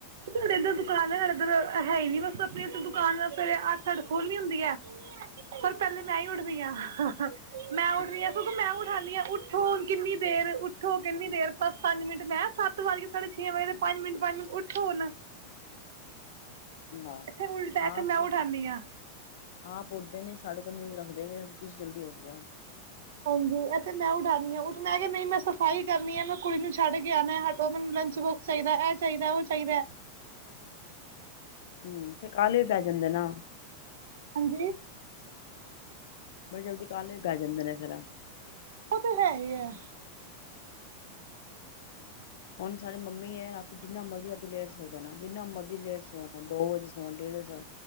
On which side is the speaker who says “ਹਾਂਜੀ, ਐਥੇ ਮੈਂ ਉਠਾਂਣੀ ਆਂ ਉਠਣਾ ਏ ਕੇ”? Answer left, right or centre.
Right